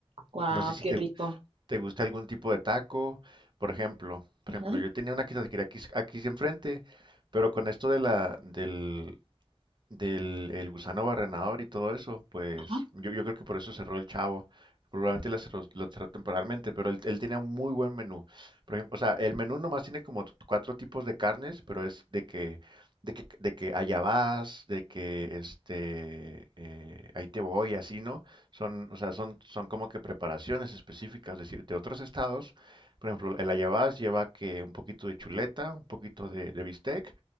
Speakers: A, on the right (about 65°); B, on the right (about 50°).
A: Guau,
B: No sé si
A: qué
B: te,
A: rico.
B: ¿Te gusta algún tipo de taco? Por ejemplo, por
A: Ujú,
B: ejemplo, yo tenía una quesadilla aquí, aquí enfrente, pero con esto de la, del, del el gusano barrenador y todo eso, pues
A: Ajá.
B: yo, yo creo que por eso cerró el Chavo. Probablemente la cerró, lo cerró temporalmente, pero él, él tenía un muy buen menú. Por ejemplo, o sea, el menú nomás tiene como t- cuatro tipos de carnes, pero es de que, de que, de que allá vas, de que este, eh, ahí te voy, así, ¿no? Son, o sea, son, son como que preparaciones específicas, es decir, de otros estados. Por ejemplo, el allá vas lleva que un poquito de chuleta, un poquito de de bistec